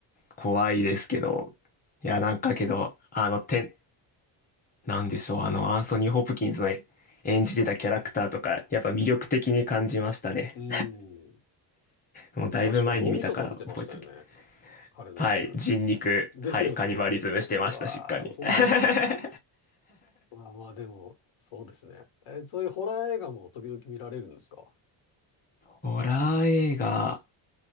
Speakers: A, on the left (about 20°); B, on the left (about 90°).
A: 怖いですけど。いや、なんかけど、あの、て、なんでしょう。あの、アンソニー・ホプキンズの演じてたキャラクターとか、やっぱ魅力的に感じましたね。
B: うん。
A: もうだいぶ前に見たから覚えてる。
B: 確か脳みそ食べてましたよね。彼の役。
A: はい、人肉、
B: ですよね。
A: はい、カニバリズムしてました、
B: うわー、
A: しっかり。
B: そう思い出しちゃった。
A: <laughs>
B: まあまあ、でも、そうですね。え、そういうホラー映画も時々見られるんですか
A: ホラー映画